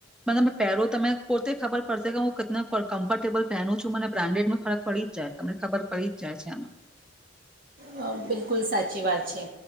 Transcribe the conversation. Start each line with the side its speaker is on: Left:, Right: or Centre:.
Centre: મતલબ મેં પહેરો તમેં પોતે ખબર પડશે કે હું કિતના કમ્ફર્ટેબલ પેહેનુ છું મને બ્રાન્ડેડમાં ફરક પડી જ જાય, તમને ખબર પડી જ જાય છે આમાં.
Right: અ, બિલકુલ સાચી વાત છે